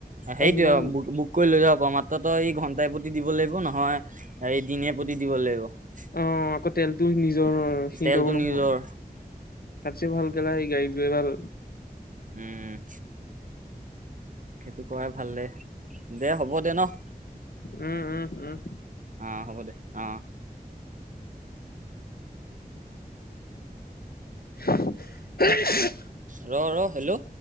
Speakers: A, on the right; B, on the left.
A: সেইটোয়ে
B: তাত যিমান
A: বুক কৰি লৈ যাব পাৰ মাত্ৰই এই তাত দিব লাগিব নহয় এই দিনে প্ৰতি দিব লাগিব
B: অ আকৌ তেলটো নিজৰ সিন্দও
A: তেলটো
B: নহয়
A: নিজৰ।
B: তাতছে ভাল গাড়ীত যোৱাই ভাল।
A: উম সেইটো কৰাই ভাল দে দে হ'ব দে ন
B: উম উম উম।
A: অঁ হ'ব দে অঁ
B: <unintelligible>
A: ৰ ৰ হেল্ল'